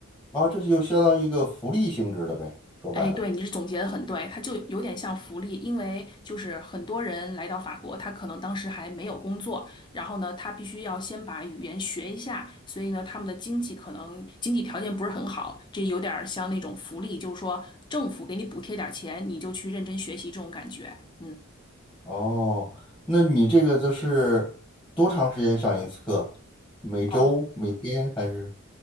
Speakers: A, in the centre; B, on the left (about 20°).
A: 啊，这就相当于一个福利性质的呗，说白了。
B: 哎，对，你是总结的很对，它就有点像福利，因为就是很多人来到法国，他可能当时还没有工作，然后呢，他必须要先把语言学一下，所以呢，他们的经济可能经济条件不是很好，这有点儿像那种福利，就是说政府给你补贴点儿钱，你就去认真学习这种感觉。嗯，
A: 哦，那你这个就是多长时间上一次课？每周、
B: 哦。
A: 每天还是？